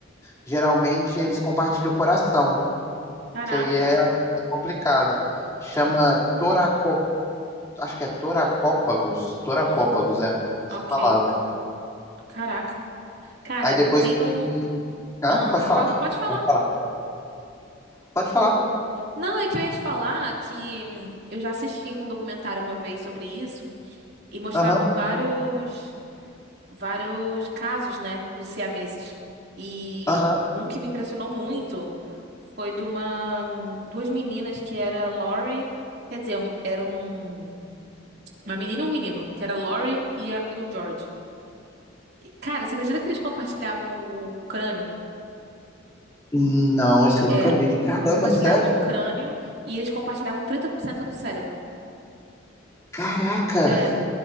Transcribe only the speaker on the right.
Caraca.
Hum,
ok.
Caraca. Cara,
tem
um.
Ah,
fala, pode falar.
Não, é que eu ia te falar que hum, eu já assisti um documentário uma vez sobre isso e mostrava
vários. vários casos, né, de siameses. E
um que me impressionou muito foi de uma duas meninas que era Lori, quer dizer, um- era um uma menina e um menino, que era Lori e, a- e o George. E, cara, você acredita que eles compartilhavam o crânio?
É.
Compartilhavam
o crânio e eles compartilhavam 30% do cérebro.
É.